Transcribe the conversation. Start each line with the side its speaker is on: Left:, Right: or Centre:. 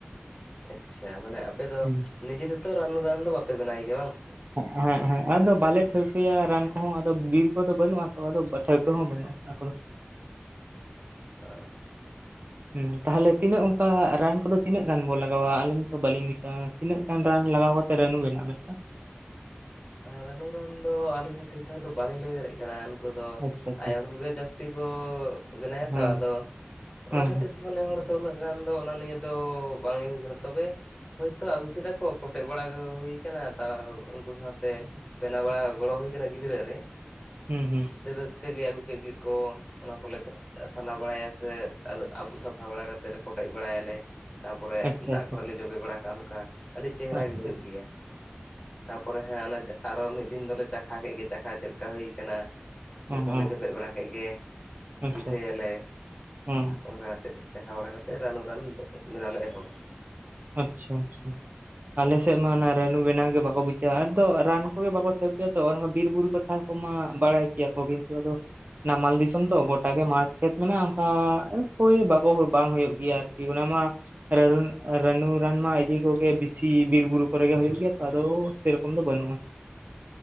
Left: ᱟᱪᱪᱷᱟ ᱢᱟᱱᱮ ᱟᱯᱮ ᱫᱚ
Right: ᱦᱩᱸ
Left: ᱱᱤᱡᱮ ᱛᱮᱫᱚ ᱨᱟᱹᱱᱩ ᱨᱟᱱ ᱫᱚ ᱵᱟᱯᱮ ᱵᱮᱱᱟᱭ ᱜᱮᱭᱟ ᱵᱟᱝ ᱥᱮ
Right: ᱮᱻᱦᱮᱜ, ᱮᱻᱦᱮᱜ ᱟᱫᱚ ᱵᱟᱞᱮ ᱴᱷᱟᱹᱣᱠᱟᱹᱭᱟ ᱨᱟᱱ ᱠᱚᱦᱚᱸ, ᱟᱫᱚ ᱵᱤᱨ ᱠᱚᱫᱚ ᱵᱟᱹᱱᱩᱜᱼᱟ ᱛᱚ ᱟᱫᱚ ᱴᱷᱟᱹᱣᱠᱟᱹ ᱦᱚᱸ ᱵᱟᱹᱱᱩᱜᱼᱟ᱾ <unintelligible>
Left: <unintelligible>
Right: ᱦᱮᱸ ᱛᱟᱦᱚᱞᱮ ᱛᱤᱱᱟᱹᱜ ᱚᱱᱠᱟ ᱨᱟᱱ ᱠᱚᱫᱚ ᱛᱤᱱᱟᱹᱜ ᱜᱟᱱ ᱵᱚ ᱞᱟᱜᱟᱣᱟ, ᱟᱹᱞᱤᱧ ᱛᱚ ᱵᱟᱟᱹᱞᱤᱧ ᱵᱩᱡᱟ ᱛᱤᱱᱟᱹᱜ ᱜᱟᱱ ᱨᱟᱱ ᱞᱟᱜᱟᱣ ᱠᱟᱛᱮ ᱨᱟᱹᱱᱩ ᱵᱮᱱᱟᱜ ᱢᱤᱫᱴᱟᱝ?
Left: ᱨᱟᱹᱱᱩ ᱨᱟᱱ ᱫᱚ ᱟᱹᱞᱤᱧ ᱦᱚᱸ ᱴᱷᱤᱠ ᱴᱷᱟᱠ ᱫᱚ ᱵᱟᱞᱤᱧ ᱞᱟᱹᱭ ᱫᱟᱲᱮᱭᱟᱜ ᱨᱟᱱ ᱠᱚᱫᱚ
Right: ᱟᱪᱪᱷᱟ ᱟᱪᱪᱷᱟ
Left: ᱟᱭᱳ ᱦᱚᱲ ᱠᱚᱜᱮ ᱡᱟᱹᱥᱛᱤ ᱠᱚ ᱵᱮᱱᱟᱭᱟᱛᱚ
Right: ᱦᱮᱸ
Left: ᱟᱫᱚ ᱚᱱᱟ ᱠᱷᱟᱹᱛᱤᱨ
Right: ᱦᱮᱸ
Left: ᱢᱚᱱᱮ ᱦᱚᱲ ᱫᱚ ᱩᱱᱟᱹᱜ ᱜᱟᱱ ᱫᱚ ᱚᱱᱟ ᱱᱤᱭᱟᱹ ᱫᱚ ᱵᱟᱝ ᱮᱭᱳ ᱦᱩᱭ ᱠᱟᱱᱟ, ᱛᱚᱵᱮ ᱦᱳᱭᱛᱳ ᱟᱹᱜᱩ ᱠᱮᱫᱟ ᱠᱚ ᱠᱚᱴᱮᱡᱽ ᱵᱟᱲᱟ ᱦᱩᱭ ᱟᱠᱟᱱᱟ ᱛᱟᱣ ᱩᱱᱠᱩ ᱥᱟᱶᱛᱮ ᱛᱮ ᱵᱮᱱᱟᱣ ᱵᱟᱲᱟ ᱜᱚᱲᱚ ᱦᱩᱭ ᱟᱠᱟᱱᱟ ᱜᱤᱫᱽᱨᱟᱹ ᱨᱮ
Right: ᱦᱩᱸ ᱦᱩᱸ
Left: ᱟᱹᱰᱤ ᱨᱟᱹᱥᱠᱟᱹ ᱠᱟᱹᱡ ᱜᱮ ᱟᱹᱜᱩ ᱠᱮᱫ ᱜᱮᱠᱚ ᱚᱱᱟ ᱠᱚᱞᱮ ᱥᱟᱞᱟ ᱵᱟᱲᱟᱭᱟ ᱥᱮ ᱟᱵᱩᱜ ᱥᱟᱯᱷᱟ ᱵᱟᱲᱟ ᱠᱟᱛᱮᱫ ᱠᱚᱴᱮᱡ ᱵᱟᱲᱟᱭᱟᱞᱮ ᱛᱟᱯᱚᱨᱮ
Right: ᱟᱪᱪᱷᱟ
Left: ᱫᱟᱜ
Right: ᱟᱪᱪᱷᱟ
Left: ᱠᱚᱨᱮᱞᱮ ᱡᱚᱵᱮ ᱵᱟᱲᱟ ᱠᱟᱜᱼᱟ ᱚᱱᱠᱟ ᱟᱹᱰᱤ ᱪᱮᱦᱨᱟ
Right: ᱟᱪᱪᱷᱟ
Left: ᱜᱮ ᱦᱩᱭᱩᱜ ᱜᱮᱭᱟ᱾ᱛᱟᱯᱚᱨᱮ ᱦᱮᱸ ᱚᱱᱮ ᱟᱨᱚ ᱢᱤᱫ ᱫᱤᱱ ᱫᱚᱞᱮ ᱪᱟᱠᱷᱟ ᱠᱮᱫ ᱜᱮ ᱪᱟᱠᱷᱟ ᱪᱮᱫ ᱞᱮᱠᱟ ᱦᱩᱭ ᱠᱟᱱᱟ,
Right: ᱦᱚᱸ
Left: ᱡᱚᱛᱚᱞᱮ
Right: ᱦᱚᱸ
Left: ᱡᱚᱵᱮ ᱵᱟᱲᱟ ᱠᱮᱫ ᱜᱮ
Right: ᱟᱪᱪᱷᱟ
Left: ᱯᱤᱴᱷᱟᱹᱭ ᱟᱞᱮ
Right: ᱦᱮᱸ
Left: ᱚᱱᱠᱟ ᱪᱟᱠᱷᱟ ᱵᱟᱲᱟ ᱠᱟᱛᱮ ᱨᱟᱹᱱᱩ ᱨᱟᱱ ᱵᱮᱱᱟᱣ ᱞᱮ ᱮᱦᱚᱵᱟ
Right: ᱟᱪᱪᱷᱟ ᱟᱪᱪᱷᱟ ᱟᱞᱮᱥᱮᱫ ᱢᱟ ᱚᱱᱟ ᱨᱟᱹᱱᱩ ᱵᱮᱱᱟᱣ ᱜᱮ ᱵᱟᱠᱚ ᱵᱩᱡᱷᱟᱹ, ᱟᱫᱚ ᱨᱟᱱ ᱠᱚᱜᱮ ᱵᱟᱠᱚ ᱴᱷᱟᱹᱣᱠᱟᱹᱭᱟ ᱛᱚ ᱵᱤᱨᱵᱩᱨᱩ ᱠᱚᱛᱷᱟ <unintelligible> ᱵᱟᱲᱟᱭ ᱜᱮᱭᱟᱠᱚ ᱠᱤᱱᱛᱩ ᱟᱫᱚ ᱱᱟᱢᱟᱞ ᱫᱤᱥᱚᱢ ᱛᱚ ᱜᱳᱴᱟᱜᱮ ᱢᱟᱴᱷ ᱠᱷᱮᱛ ᱢᱮᱱᱟᱜᱼᱟ, ᱚᱱᱠᱟ ᱦᱳᱭ ᱵᱟᱠᱚ ᱵᱟᱝ ᱦᱳᱭᱳᱜ ᱜᱮᱭᱟ ᱟᱨᱠᱤ ᱚᱱᱟ ᱢᱟ <unintelligible> ᱟᱨ ᱨᱟᱹᱱᱩ ᱨᱟᱱ ᱢᱟ ᱤᱡᱤ ᱠᱚᱜᱮ ᱵᱮᱥᱤ ᱵᱤᱨ ᱵᱩᱨᱩ ᱠᱚᱨᱮ ᱜᱮ ᱦᱩᱭᱩᱜ ᱜᱮᱭᱟ ᱛᱚ ᱟᱫᱚ ᱥᱮᱨᱚᱠᱚᱢ ᱫᱚ ᱵᱟᱹᱱᱩᱜᱼᱟ᱾